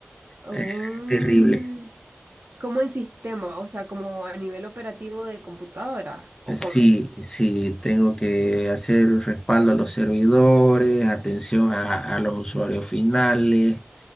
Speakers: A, on the right; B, on the left.
A: Mm,
B: Eh, Terrible.
A: ¿Cómo en sistema, o sea, como a nivel operativo de computadora, ¿o
B: Sí,
A: cómo?
B: sí, tengo que hacer respaldo a los servidores, atención a, a los usuarios finales.